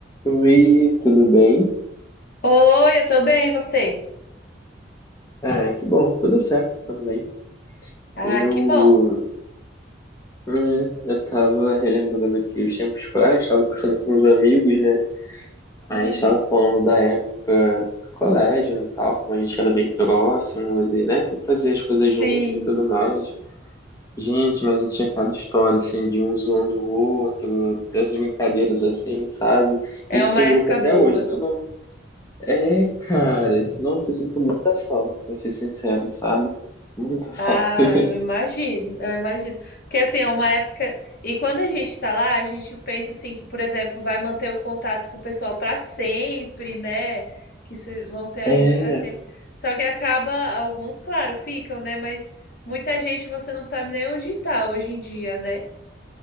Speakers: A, on the left; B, on the left.
A: Oi, tudo bem?
B: Oi, eu tô bem, e você?
A: Ah, que bom, tudo certo também.
B: Ah,
A: Eu,
B: que bom.
A: né, eu tava relembrando aqui os tempos escolares, tava conversando com os amigos, né? Aí
B: Hum,
A: a gente tava falando da época do colégio e tal, como a gente era bem próximo, e, né? Sempre fazia as coisas junto
B: sim,
A: e tudo mais. Gente, mas a gente tinha cada história, assim, de um zoando o outro, dessas brincadeiras assim, sabe?
B: é
A: E a gente
B: uma
A: tem
B: época
A: grupo até
B: boa.
A: hoje, até o É, cara. Nossa, eu sinto muita falta, pra ser sincero, sabe? Muita falta.
B: Ah,
A: <laughs>
B: eu imagino, eu imagino. Porque assim, é uma época. E quando a gente tá lá, a gente pensa assim que, por exemplo, vai manter o contato com o pessoal pra sempre, né? Que se- vão ser amigos
A: É,
B: pra sempre. Só que acaba, alguns, claro, ficam, né? Mas muita gente você não sabe nem onde tá hoje em dia, né?